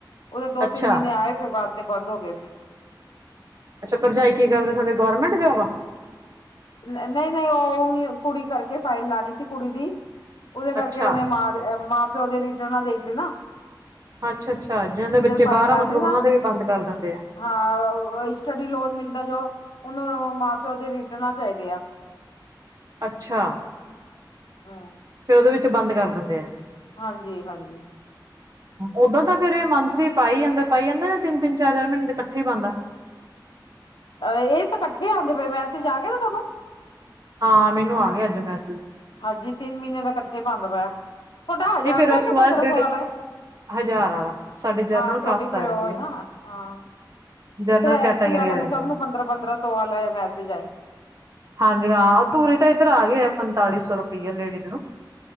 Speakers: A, on the left (about 80°); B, on the right (about 50°).
A: ਉਹਦੇ ਦੋ
B: ਅੱਛਾ
A: ਤਿੰਨ ਮਹੀਨੇ ਆਏ, ਫਿਰ ਬਾਦ ਚ ਬੰਦ ਹੋ ਗਏ ਸੀ।
B: ਅੱਛਾ, ਭਰਜਾਈ ਕੀ ਕਰਦੇ ਤੁਹਾਡੇ ਗੌਰਰਮੈਂਟ ਜੋਬ ਆ?
A: ਨਹੀਂ-ਨਹੀਂ, ਓ ਓਇਓ ਕੁੜੀ ਕਰਕੇ ਫਾਈਲ ਲਾਨੀ ਸੀ ਕੁੜੀ ਦੀ। ਉਹਦੇ ਕਰਕੇ
B: ਅੱਛਾ
A: ਉਹਨੇ ਮਾਂ, ਮਾਂ-ਪਿਓ ਦੇ ਰਿਟਰਨਾਂ ਦੇਖਦੇ ਨਾ।
B: ਅੱਛਾ-ਅੱਛਾ ਜਿਹਨਾਂ ਦੇ
A: ਜਦ
B: ਬੱਚੇ
A: ਫਾਈਲ
B: ਬਾਰ
A: ਲਾਂਦੇ
B: ਆ ਮਤਲਬ ਉਹਨਾਂ
A: ਨਾ
B: ਦੇ ਵੀ ਬੰਦ ਕਰ ਦੇਂਦੇ ਐ।
A: ਹਾਂ ਸਟੱਡੀ ਲੋਨ ਮਿਲਦਾ ਜੋ, ਉਹਨੂੰ ਮਾਂ-ਪਿਓ ਦੇ ਰਿਟਰਨਾਂ ਚਾਹੀਦੇ ਆ।
B: ਅੱਛਾ
A: ਹਾਂ
B: ਫੇਰ ਉਹਦੇ ਵਿੱਚ ਬੰਦ ਕਰ ਦਿੰਦੇ ਆ
A: ਹਾਂਜੀ-ਹਾਂਜੀ।
B: ਓਦਾਂ ਤਾਂ ਫੇਰ ਏ ਮੰਥਲੀ ਪਾਈ ਜਾਂਦਾ, ਪਾਈ ਜਾਂਦਾ ਤਿੰਨ-ਤਿੰਨ, ਚਾਰ-ਚਾਰ ਮਹੀਨੇ ਦੇ ਇਕੱਠੇ ਹੀ ਪਾਂਦਾ।
A: ਅਹ ਇਹ ਤਾਂ ਇਕੱਠੇ ਆਂਦੇ ਪਏ, ਮੈਸੇਜ ਆ ਗਯਾ ਨਾ ਤੁਹਾਨੂੰ?
B: ਹਾਂ ਮੈਨੂੰ ਆ ਗਿਆ ਅੱਜ ਮੈਸਜ਼।
A: ਹਾਂਜੀ ਤਿੰਨ ਮਹੀਨੇ ਦਾ ਇਕੱਠੇ ਪਾਂਦਾ ਪਇਆ, ਬਟ ਹਜ਼ਾਰ
B: ਨਹੀਂ ਫੇਰ
A: ਦਾ
B: ਉਸ
A: ਕੇ
B: ਤੋਂ ਬਾਅਦ
A: ਪੰਦਰਾਂ
B: ਜਿਹੜੇ
A: ਸੌ ਆਲਾ ਐ।
B: ਹਜ਼ਾਰ ਆਲਾ ਸਾਡੇ ਜਰਨਲ
A: ਹਾਂ ਤੁਹਾਡੀ
B: ਕਾਸਟ
A: ਫੇਰ
B: ਆ ਜਾਂਦੀ
A: ਓਈ
B: ਹੈ
A: ਨਾ ਹਾਂ।
B: ਜਰਨਲ
A: ਇੱਥੇ ਐਸੀ
B: ਕੈਟਾਗਰੀ
A: ਵਾਲਿਆਂ
B: ਆ ਜਾਂਦੀ
A: ਨੂੰ, ਸਭ
B: ਹੈ
A: ਨੂੰ ਪੰਦਰਾਂ-ਪੰਦਰਾਂ ਸੌ ਵਾਲਾ ਮੈਸੇਜ ਆਈ।
B: ਹਾਂਜੀ ਹਾਂ ਅ ਓਰੀ ਤਾਂ ਇੱਧਰ ਆ ਗਏ ਆ ਪੰਤਾਲੀ ਸੌ ਰੁਪਈਏ ਲੇਡੀਜ਼ ਨੂੰ।